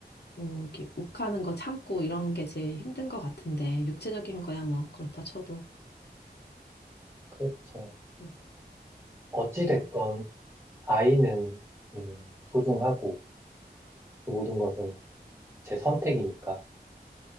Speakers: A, on the left (about 75°); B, on the right (about 15°).
A: 뭐 이렇게 욱하는 거 참고 이런 게 제일 힘든 것 같은데 육체적인 거야 뭐 그렇다 쳐도
B: 그렇죠.
A: 뭐,
B: 어찌됐건,
A: 네,
B: 아이는, 음, 소중하고, 그 모든 것은 제 선택이니까